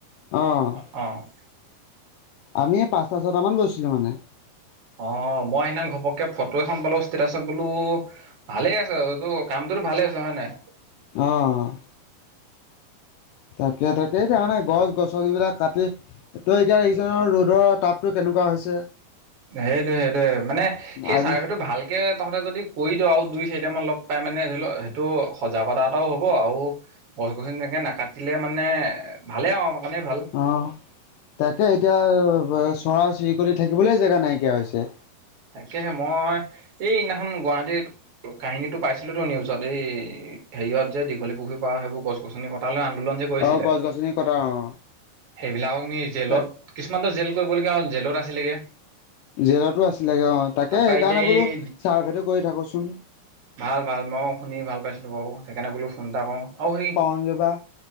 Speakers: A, on the left (about 75°); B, on the right (about 40°).
A: অ'।
B: অ'।
A: আমি এই পাঁচটা, চটামান গৈছিলো মানে।
B: অ', মই সেইদিনা ঘপকে ফটো এখন পালো ষ্টেটাচত বোলো ভালে আছে তটো কামটো ভালে আছে হয় নে নাই?
A: অ'। তাকে-তাকে, তাৰমানে গছ গছনিবিলাক কাটি তই এতিয়া দেখিছ নহয় ৰ'দৰ তাপতো কেনেকুৱা হৈছে?
B: সেইটোয়ে সেইটোয়ে। মানে সেই
A: আজি
B: চাৰ্ভেটো ভালকে তঁহতে যদি ক কৰি দিওঁ আৰু দুই চাৰিটামান লগ পাই মানে, ধৰি লওক সেইটো সজাগতা এটাও হ'ব। আৰু গছ গছনি তেনেকৈ নাকাটিলে মানে ভালেই আৰু আমাৰ কাৰণেই ভাল।
A: অ', তাকে এতিয়া চৰাই চিৰিকটি থাকিবলৈ জেগা নাইকিয়া হৈছে।
B: তাকেহে মই এই সিদিনাখন গুৱাহাটীত কাহিনীটো পাইছিলো তো নিউজত। এই হেৰিয়ত যে দীঘলী পুখুৰ পৰা সেইবোৰ গছ গছনি কটালৈ আন্দোলন যে কৰিছিলে
A: অ', গছ গছনি কটা অ'।
B: সেইবিলাকক নি জেলত
A: তাক
B: কিছুমানতটো জেল কৰিবলগীয়া হ'ল জেলত আছিলেগৈ।
A: জেলতো আছিলেগে অ' তাকে
B: তাৰপা
A: সেইকাৰণে
B: এতিয়া এই
A: বোলো চাৰ্ভেটো কৰি থাকোচোন।
B: ভাল ভাল মই শুনি ভাল পাইছিলো বাৰু সেইকাৰণে বোলো ফোন এটা কৰ আৰু সেই
A: মগ বাা